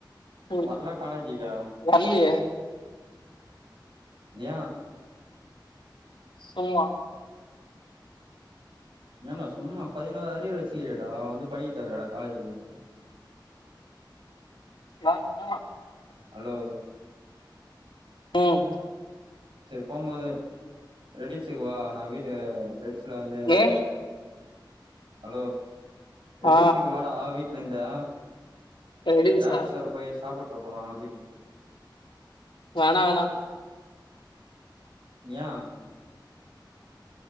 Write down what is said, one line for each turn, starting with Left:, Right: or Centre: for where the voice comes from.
Left: ம்
Right: வர்ல காலேஜிக்கா
Left: வர்லியே
Right: ஏ
Left: சும்மா
Right: ஏன்னா சும்மா பதினோரு அரியர் வச்சுகிறடா வந்து படிக்க தவலடா காலேஜுக்கு வந்து
Left: <unintelligible>
Right: ஹலோ
Left: ம்
Right: சேர் போம்மோது ரெடிசுக்கு வா நா வீ து ரெடி சுல வந்து
Left: ஏ
Right: ஹலோ ரெடிசுக்கு
Left: ஆ
Right: வாடா வீட்லந்தா
Left: ரெடில்ஸா
Right: ட்ராவஸ் வர போயி சாப்பு ட்டு போலா வீட்டுக்கு
Left: வேணா வேணா
Right: ஏ